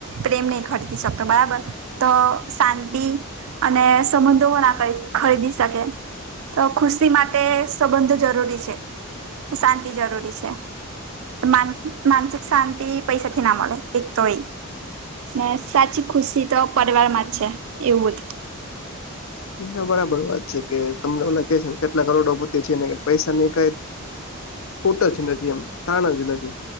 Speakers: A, on the right (about 65°); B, on the left (about 65°).
A: પ્રેમ નહિ ખરીદી શકતો બરાબર, તો શાંતિ અને સંબંધો ના ખરીદી શકે. તો ખુશી માટે સંબંધો જરૂરી છે, શાંતિ જરૂરી છે. તો માન માનસિક શાંતિ પૈસાથી ના મલે. એક તોય, ને સાચી ખુશી તો પરિવારમાં જ છે એવું જ.
B: હા બરાબર વાત છે કે તમને લાગ છે કેટલા કરોડો ભતી છે ને પૈસા નઈ ક ખોટજ નથી એમ, તાણા નથી.